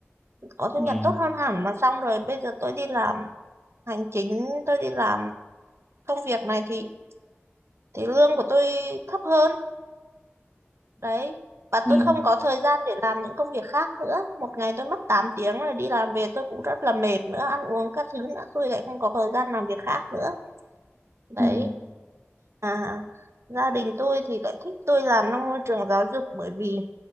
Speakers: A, on the right; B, in the centre.
A: có thu
B: ừ
A: nhập tốt hơn hẳn mà xong rồi bây giờ tôi đi làm hành chính tôi đi làm công việc này thì thì lương của tôi thấp hơn đấy và
B: ừ
A: tôi không có thời gian để làm những công việc khác nữa một ngày tôi mất 8 tiếng rồi đi làm về tôi cũng rất là mệt nữa ăn uống các thứ nữa tôi lại không có thời gian làm việc khác nữa đấy
B: ừ
A: à gia đình tôi thì lại thích tôi làm trong môi trường giáo dục bởi vì